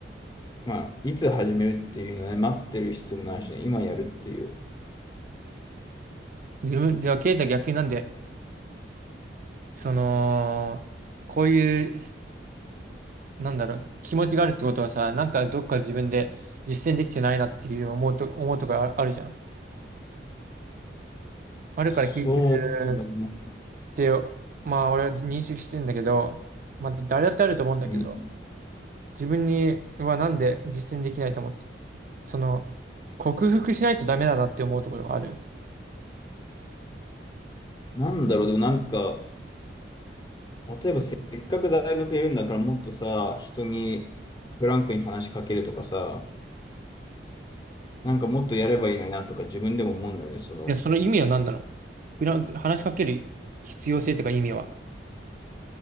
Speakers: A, on the left (about 25°); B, on the right (about 50°).
A: まあ、いつ始めるっていうのはね、待ってる必要もないしね、今やるっていう。
B: 自分、ではケイタ逆になんでその、こういうし、なんだろう、気持ちがあるってことはさ、なんかどっか自分で実践できてないなっていう思うと、思うとかああるじゃん。あるから聞いてる
A: そうだね。
B: って、まあ俺は認識してんだけど、まあ誰だってあると思うんだけど、
A: うん。
B: 自分にはなんで実践できないと思ってその、克服しないとダメだなって思うところがある。
A: なんだろう、でもなんか、例えばせっかく大学いるんだからもっとさ、人にフランクに話しかけるとかさ、なんかもっとやればいいのになとか自分でも思うんだよね、その。
B: いや、その意味は何なのフラン話しかける必要性とか意味は。